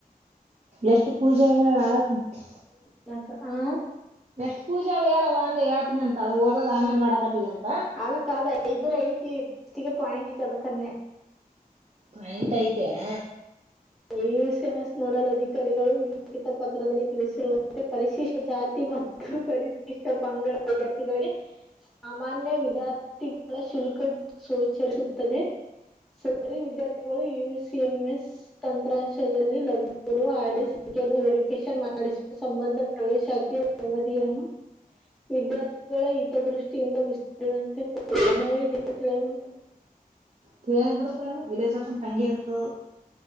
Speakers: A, on the right; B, in the centre.
A: ಎಷ್ಟು ಪೂಜೆ ಆಗ್ಯಾಳ <unintelligible>
B: <unintelligible> ಹಾ.
A: ಎಷ್ಟ್ ಪೂಜಿ ಹೇಳವ ಅವಿ ಹೇಳ್ತನಿ ಅದು ಓದೊದ್ ಆಮೇಲೆ ಮಾಡಕತ್ತಿಗಂತ
B: ಅಲ್ ಕಾ ಆದ ಐದ ಬರೆ ಐತಿ ಪಸ್ಟಿಗೆ ಪಾಯಿಂಟ್ ಐತಿ ಅದಕ್ಕ ಅನ್ನೆನ್ಯಾ
A: ರೈಟ್ ಐತೆ ಆ
B: U C M S nodal ಅಧಿಕಾರಿಗಳು ಉಲ್ಲೇಖ ಪತ್ರದಲ್ಲಿ ತಿಳಿಸಿರುವ ಪರಿಶಿಷ್ಟ ಜಾತಿ ಮತ್ತು ಪರಿಶಿಷ್ಟ ಪಂಗಡ ವಿದ್ಯಾರ್ಥಿಗಳಿಗೆ ಸಾಮಾನ್ಯ ವಿದ್ಯಾರ್ಥಿಗಳ ಶುಲ್ಕ ಸೋಚಸುತ್ತದೆ. ಸದರಿ ವಿದ್ಯಾರ್ಥಿಗಳು ಯು ಸಿ ಎಂ ಎಸ್ ತಂತ್ರಾಂಶದಲ್ಲಿ ಲಭ್ಯರುವ ಐಡಿ ಸಂಖ್ಯೆಯನ್ನು ವೆರಿಫಿಕೇಶನ್ ಮಾಡಿ ಸಿ ಸಂಬಂಧ ಪ್ರವೇಶಾತಿಯ ಅವಧಿಯನ್ನು ವಿದ್ಯಾರ್ಥಿಗಳ ಹಿತದೃಷ್ಟಿಯಿಂದ <unintelligible> ಏನವಾ ಇದು ಏನು ತಿಳೆವಲ್ದ್
A: ತಿಳ್ಯಾಲ್ ಬಿಡ್ ಪ್ರೆಮಾ ವಿಲೆಜ್ ಅಕೌಂಟ ಇರ್ತದ ಅದ